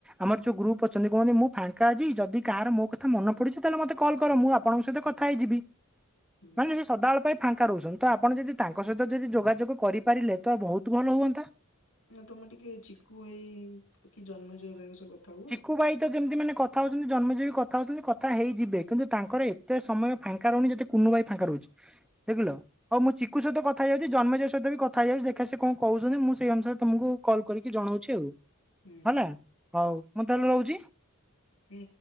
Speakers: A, in the centre; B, on the left (about 75°).
A: ଆମର ଯୋଉ ଗ୍ରୁପ୍ ଅଛନ୍ତି କୁହନ୍ତି ମୁଁ ଫାଙ୍କା ଅଛି ଯଦି କାହାର ମୋ କଥା ମନେ ପଡ଼ିଛି ତାହେଲେ ମୋତେ କଲ୍ କର ମୁଁ ଆପଣଙ୍କ ସହିତ କଥା ହେଇଯିବି।
B: ହୁଁ।
A: ମାନେ ସେ ସଦାବେଳ ପାଇଁ ଫା ରହୁଛନ୍ତି ତ ଆପଣ ଯଦି ତାଙ୍କ ସହିତ ଯଦି ଯୋଗାଯୋଗ କରିପାରିଲେ ତ ବହୁତ ଭଲ ହୁଅନ୍ତା।
B: ନା ତମେ ଟିକେ ଚିକୁୁ ଭାଇ କି ଜନ୍ମଜୟ ଭାଇଙ୍କ ସହ କଥା ହୁଅ।
A: ଚିକୁୁ ଭାଇ ତ ଯେମିତି ମାନେ କଥା ହଉଛନ୍ତି ଜନ୍ମଜୟ କଥା ହଉଛନ୍ତି କଥା ହେଇଯିବେ କିନ୍ତୁ ତାଙ୍କର ଏତେ ସମୟ ଫାଙ୍କା ରହୁନି ଯେତେ କୁନୁ ଭାଇ ଫାଙ୍କା ରହୁଛି। ଦେଖିଲ ହଉ ମୁଁ ଚିକୁ ସହିତ କଥା ହେଇ ଯାଉଛି ଜନ୍ମଜୟ ସହିତ ବି କଥା ହେଇଯାଉଛି ଦେଖିବା ସେ କଣ କହୁଛନ୍ତି ମୁଁ ସେଇ ଅନୁସାରେ ତମକୁ କଲ କରିକି ଜଣଉଛି ଆଉ
B: ହୁଁ
A: ହେଲା
B: ହୁଁ
A: ହଉ ମୁଁ ତାହେଲେ ରହୁଛି।
B: ହୁଁ।